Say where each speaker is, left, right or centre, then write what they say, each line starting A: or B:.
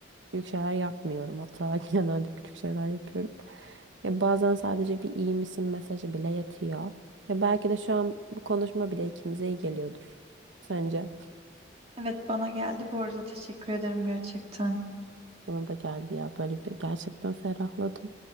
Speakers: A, on the right; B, on the right.
A: büyük şeyler yapmıyorum. Hatta <laughs> genelde küçük şeyler yapıyorum. Ya bazen sadece bir iyi misin mesajı bile yetiyor. Ya belki de şu an bu konuşma bile ikimize iyi geliyordur. Sence?
B: Evet bana geldi bu arada teşekkür ederim gerçekten.
A: Bana da geldi ya böyle bir gerçekten ferahladım.